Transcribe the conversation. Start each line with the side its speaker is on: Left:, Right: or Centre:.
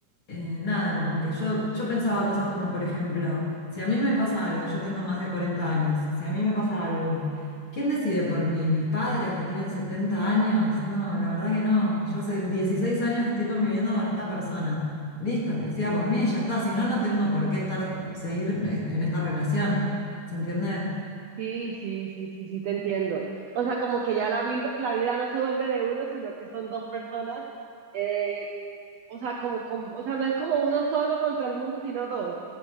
Left: eh, nada, como que yo, yo pensaba cosas como, por ejemplo, si a mí me pasa algo, yo tengo más de 40 años, si a mí me pasa algo, ¿quién decide por mí? ¿Mis padres que tienen 70 años? No, la verdad que no. Yo hace 16 años que estoy conviviendo con esta persona. Listo, que decida por mí, ya está. Si no, no tengo por qué estar, seguir est- en esta relación. ¿Se entiende?
Right: Sí, sí, sí, sí, sí, te entiendo. O sea, como que ya la, vil- la vida no se vuelve de uno, sino que son dos personas. eh, o sea, como, com- o sea, no es como uno solo contra el mundo, sino dos.